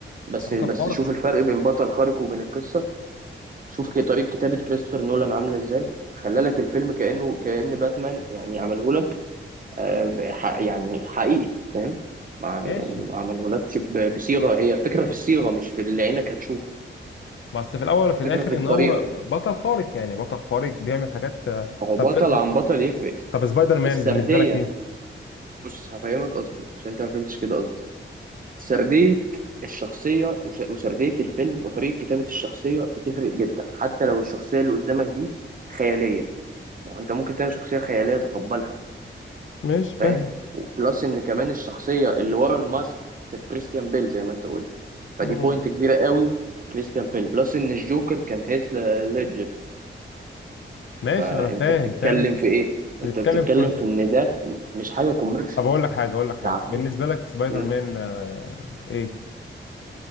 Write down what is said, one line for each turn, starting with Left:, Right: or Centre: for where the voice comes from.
Right: بس
Left: بس بطل
Right: بس
Left: خارق
Right: شوف الفرق بين بطل خارق وبين القصه شوف كي- طريقه كتابه كريستوفر نولان عامله ازاي خلى لك الفيلم كانه كان باتمان يعني عمله آه، ح- يعني حقيقي فاهم مع
Left: ماشي
Right: يعني ما عملهولكش ب- بصيغة هي فكرة في الصيغة مش في اللي عينك هتشوفه
Left: بس في الاول وفي الاخر
Right: فكرة في الطريقة
Left: ان هو بطل خارق يعني بطل خارق بيعمل حاجات آه،
Right: ما هو بطل
Left: طب طب
Right: عن بطل يفرق
Left: طب سبايدر مان
Right: السردية
Left: بالنسبه لك ايه
Right: بص هفهمك قصدي عشان انت ما فهمتش كده قصدي سردية الشخصية وش- وسردية الفيلم وطريقة كتابة الشخصية بتفرق جدا حتى لو الشخصية اللي قدامك دي خيالية ما هو انت ممكن تعمل شخصية خيالية تقبلها
Left: ماشي فاهم
Right: فاهم بلس ان كمان الشخصيه اللي ورا الماسك كانت كريستيان بيل زي ما انت قلت فدي
Left: مم.
Right: بوينت كبيره قوي كريستيان بيل بلس ان الجوكر كان هيث ليدجر
Left: ماشي
Right: فانت
Left: انا فاهم
Right: بتتكلم
Left: فاهم انت
Right: في ايه
Left: بتتكلم
Right: انت بتتكلم
Left: في كل
Right: في ان ده مش حاجه كوميرش
Left: طب اقول لك حاجه اقول لك حاجه
Right: ده عم-
Left: بالنسبه لك سبايدر
Right: مم.
Left: مان آه، ايه